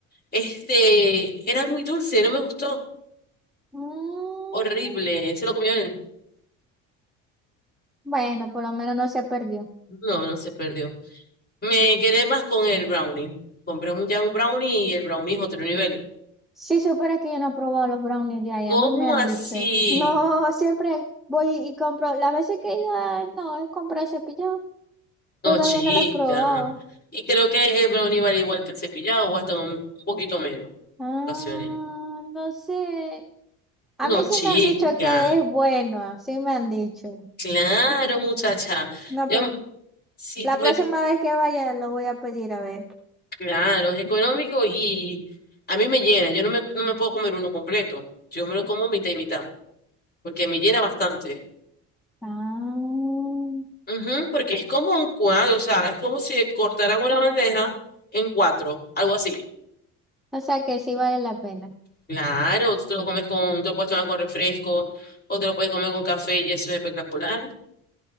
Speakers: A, on the left (about 30°); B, in the centre.
A: Este, era muy dulce, no me gustó,
B: Mm,
A: horrible, se lo comió él.
B: bueno, por lo menos no se perdió.
A: No, no se perdió. Me quedé más con el brownie. Compré un, ya un brownie y el brownie es otro nivel.
B: Si supieras que yo no he probado los brownies de ahí,
A: ¿Cómo
B: a mí me han
A: así?
B: dicho. No, siempre voy y compro. Las veces que he ido, ah, no, he comprado cepillo. Todavía
A: No, chica.
B: no lo he probado.
A: Y creo que el brownie vale igual que el cepillado o hasta un poquito menos
B: Ah,
A: en ocasiones.
B: no sé. A
A: No,
B: mí
A: chica.
B: sí me han dicho que es bueno, sí me han dicho.
A: Claro, muchacha.
B: No,
A: Yo
B: pero
A: sí,
B: la
A: pues,
B: próxima vez que vaya lo voy a pedir a ver.
A: claro, es económico y a mí me llena. Yo no me, no me puedo comer uno completo. Yo me lo como mitad y mitad porque me llena bastante.
B: Ah, o
A: Ujú, porque es como un cuadro, o sea, es como si cortaran una bandeja en cuatro, algo así.
B: sea que sí vale la pena.
A: Claro, tú te lo comes con, te lo puedes tomar con refresco, o te lo puedes comer con café y eso es espectacular.